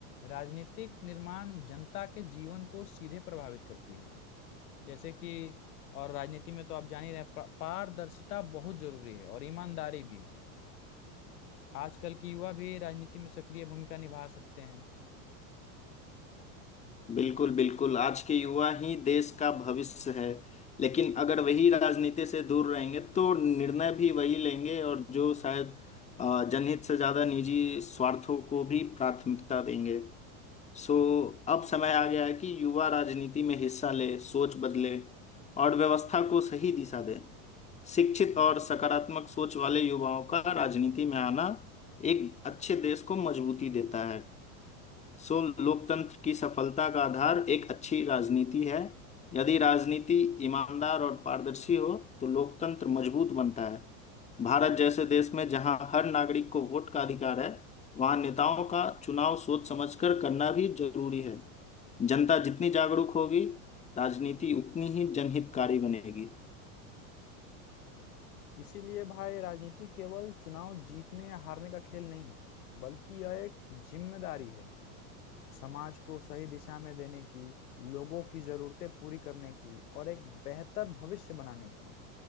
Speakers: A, on the left; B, on the left.
A: राजनीतिक निर्माण जनता के जीवन को सीधे प्रभावित करती है जैसे कि और राजनीति में तो आप जान ही रहे हैं, पा- पारदर्शिता बहुत जरूरी है और ईमानदारी भी आजकल की युवा भी राजनीति में सक्रिय भूमिका निभा सकते हैं
B: बिल्कुल बिल्कुल आज के युवा ही देश का भविष्य है लेकिन अगर वही राजनीति से दूर रहेंगे तो निर्णय भी वही लेंगे और जो शायद अ, जनहित से ज्यादा निजी स्वार्थों को भी प्राथमिकता देंगे सो अब समय आ गया है कि युवा राजनीति में हिस्सा ले सोच बदले और व्यवस्था
A: हम्म
B: को सही दिशा दे शिक्षित
A: हम्म,
B: और सकारात्मक सोच वाले युवाओं का राजनीति में आना एक अच्छे देश को मजबूती देता है
A: हम्म,
B: सो लोकतंत्र की सफलता का आधार एक अच्छी राजनीति है यदि राजनीति ईमानदार और पारदर्शी हो तो लोकतंत्र मजबूत बनता है भारत जैसे देश में जहां हर नागरिक को वोट का अधिकार है वहां नेताओं
A: हम्म।
B: का चुनाव सोच समझकर करना भी जरूरी है जनता जितनी जागरूक होगी राजनीति उतनी ही जनहितकारी बनेगी
A: इसीलिए भाई राजनीति केवल चुनाव जीतने या हारने का खेल नहीं है बल्कि यह एक जिम्मेदारी है समाज को सही दिशा में देने की लोगों की जरूरतें पूरी करने की और एक बेहतर भविष्य बनाने की